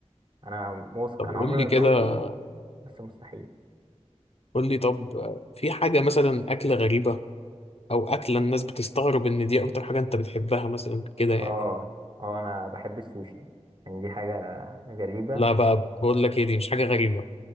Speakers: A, on the right (about 45°); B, on the left (about 60°).
A: أنا موثق
B: طب
A: أنا
B: قول
A: عمري
B: لي
A: ما دقته
B: كده
A: بس مستحيل
B: قول لي طب آه، في حاجه مثلا اكله غريبه او اكله الناس بتستغرب ان دي اكتر حاجه انت بتحبها مثلا كده يعني
A: اه اه أنا بحب السوشي يعني دي حاجة غريبة
B: لا بقى بقول لك ايه دي مش حاجه غريبه